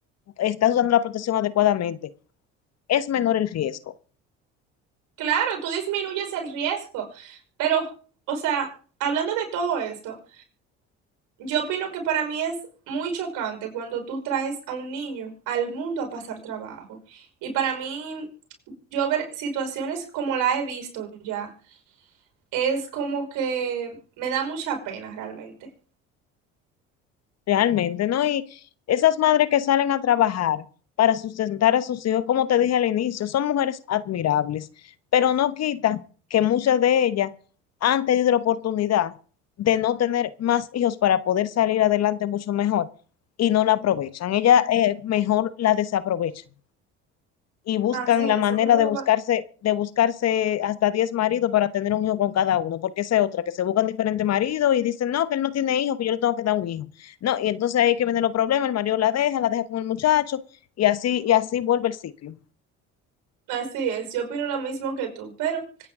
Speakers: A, on the left; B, on the right.
A: estás usando la protección adecuadamente, es menor el riesgo,
B: Claro, tú disminuyes el riesgo, pero, o sea, hablando de todo esto, yo opino que para mí es muy chocante cuando tú traes a un niño al mundo a pasar trabajo. Y para mí, yo ver situaciones como la he visto ya, es como que me da mucha pena realmente.
A: realmente, ¿no? Y esas madres que salen a trabajar para sustentar a sus hijos, como te dije al inicio, son mujeres admirables, pero no quita que muchas de ellas han tenido la oportunidad de no tener más hijos para poder salir adelante mucho mejor y no la aprovechan. Ellas eh, mejor la desaprovechan. y buscan
B: Así
A: la
B: es,
A: manera
B: opino
A: de
B: lo
A: buscarse,
B: ma-
A: de buscarse hasta 10 maridos para tener un hijo con cada uno, porque esa es otra, que se buscan diferentes maridos y dicen, no, que él no tiene hijos, que yo le tengo que dar un hijo. No, y entonces ahí que vienen los problemas, el marido la deja, la deja con el muchacho, y así, y así vuelve el ciclo.
B: Así es, yo opino lo mismo que tú, pero